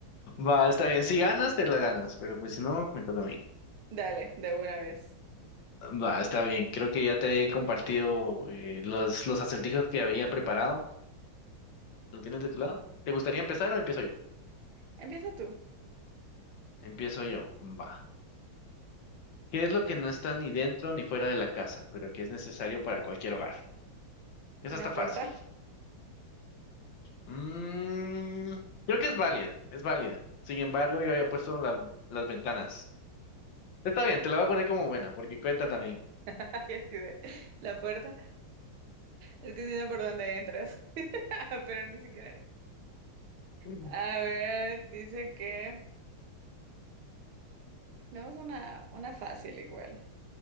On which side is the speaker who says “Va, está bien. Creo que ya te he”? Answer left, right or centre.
Left